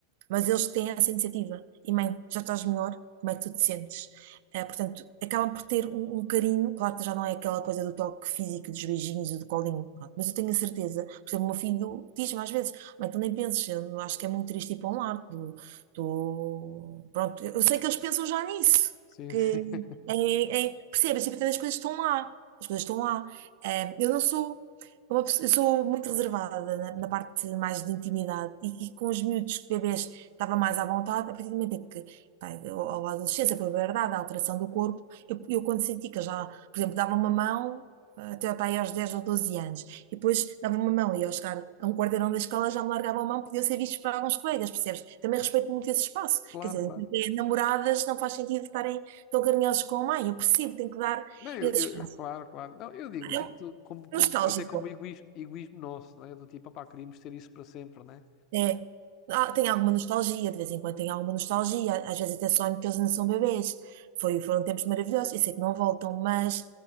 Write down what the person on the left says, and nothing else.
sim.
sim.
<laughs>
Claro,
claro.
Não, eu,
eu-
claro, claro. Não, eu digo
isto
como, como,
até como egoísmo, egoísmo nosso, não é? Do tipo, opá, queríamos ter isso para sempre, não é?